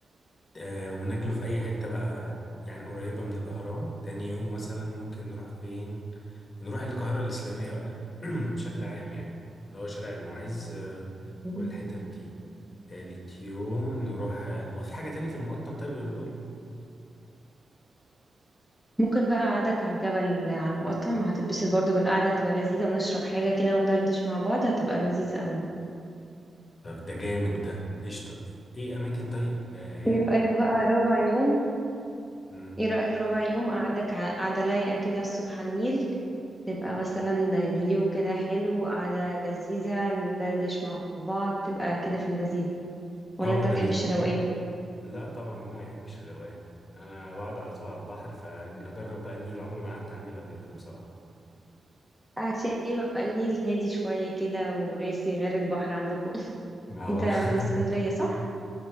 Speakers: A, on the left; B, in the centre.
A: آه وناكله في اي حتة بقى يعني قريبة من الاهرام تاني يوم مثلا ممكن نروح فين نروح القاهرة الاسلامية <clears throat> بشكل عام يعني اللي هو شارع المعز آه،
B: مم.
A: والحتت دي تالت يوم نروح آه، المق- في حاجة تاني في المقطم طيب غير دول
B: ممكن بقى قعدك على الجبل على المقطم هتتبسط برضو بالقعدة هتبقى لذيذة ونشرب حاجة كده وندردش مع بعض هتبقى لذيذة قوي
A: طب ده جامد ده قشطة ايه اماكن طيب آه، يعني
B: ايه رأيك بقى ربع يوم
A: مم.
B: ايه رأيك ربع يوم قعدك ع- قعدة لايقة كده الصبح على النيل تبقى مثلا الفيو كده حلو قعدة لذيذة ندردش مع بعض تبقى كده في اللذيذ ولا
A: اه
B: انت
A: ده
B: تحبش
A: بال...
B: الروقان
A: لا طبعا مين ما يحبش الروقان انا بقعد على طول على البحر فاجرب بقى النيل عمري ما قعدت على النيل قبل كده بصراحه
B: هتلاقي بقى النيل هادي شوية كده وراسي غير البحر عندكم <laughs>
A: اه
B: انت من
A: <laughs>
B: اسكندرية صح؟